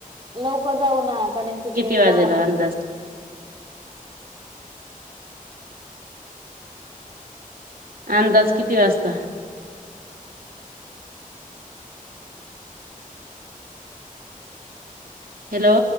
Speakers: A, on the right; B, on the right.
A: लवकर जाऊ ना कारण कि
B: किती
A: ते
B: वाजेला
A: दहा
B: अंदाज अंदाज किती वाजता हॅलो